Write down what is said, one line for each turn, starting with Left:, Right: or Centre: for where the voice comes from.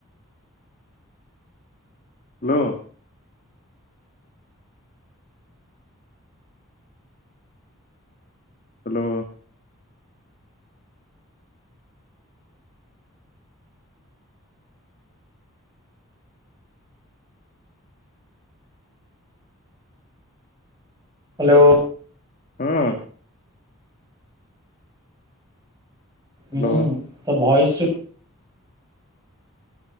Left: ଲୋ, ହାଲୋ!
Right: ହ୍ୟାଲୋ!
Left: ହଁ। ହ୍ୟାଲୋ
Right: ହୁଁ, ତ ଭଏସ ଶୁ